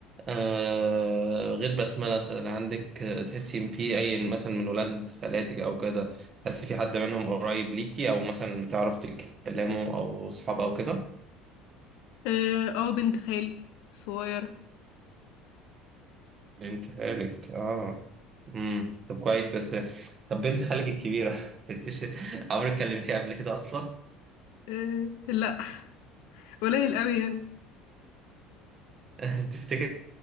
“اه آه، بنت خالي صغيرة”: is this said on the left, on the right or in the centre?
Left